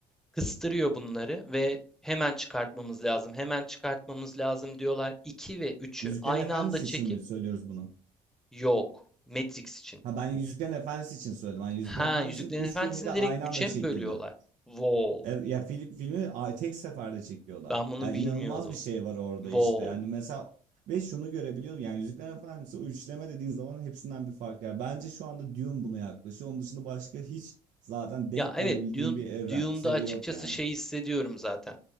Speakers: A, in the centre; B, on the right.
A: kıstırıyor bunları ve hemen çıkartmamız lazım, hemen çıkartmamız lazım diyorlar. 2 ve üçü
B: Yüzüklerin
A: aynı
B: Efendisi
A: anda çekip
B: için mi söylüyoruz bunu?
A: yok. Matrix için.
B: Ha ben Yüzüklerin Efendisi için söyledim. Yani Yüzüklerin
A: Ha,
B: Efendisi'nin
A: Yüzüklerin
B: 3
A: Efendisi'ni
B: filmi de aynı
A: direkt üç'e
B: anda çekildi.
A: mi bölüyorlar? Wow.
B: E, ya film, filmi a- tek seferde çekiyorlar.
A: Ben bunu
B: Yani
A: bilmiyordum.
B: inanılmaz bir şey var orada
A: Wow.
B: işte. Yani mesela ve şunu görebiliyoruz. Yani Yüzüklerin Efendisi o üçleme dediğin zaman hepsinden bir farklı. Yani bence şu anda Dune buna yaklaşıyor. Onun dışında başka hiç zaten denk
A: Ya evet
B: görebildiğim
A: Dune,
B: bir evren
A: Dune'da
B: seri
A: açıkçası
B: yok yani.
A: şey hissediyorum zaten.